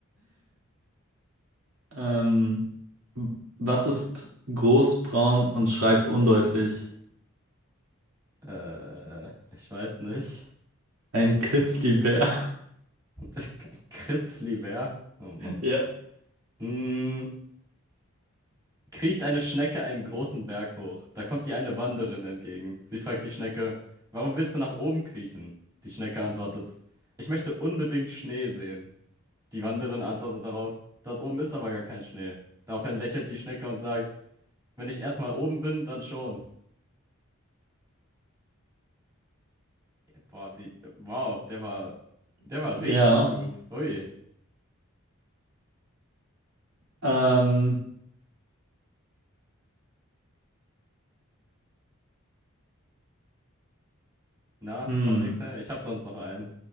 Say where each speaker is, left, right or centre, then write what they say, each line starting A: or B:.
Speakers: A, on the right (about 75°); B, on the right (about 15°).
A: <laughs> ähm, was ist groß, braun und schreibt undeutlich?
B: Äh, ich weiß nicht.
A: Ein Kitzlibär. <laughs>
B: <laughs> Kritzlibär? Oh Mann.
A: Ja.
B: Mm, kriecht eine Schnecke einen großen Berg hoch. Da kommt ihr eine Wanderin entgegen. Sie fragt die Schnecke, warum willst du nach oben kriechen? Die Schnecke antwortet, ich möchte unbedingt Schnee sehen. Die Wanderin antwortet darauf, dort oben ist aber gar kein Schnee. Daraufhin lächelt die Schnecke und sagt, Wenn ich erstmal oben bin, dann schon. Boah, die, wow, der war, der war richtig
A: Ja.
B: gut. Hui.
A: Ähm,
B: Na,
A: hm.
B: kommt nichts her. Ich habe sonst noch einen.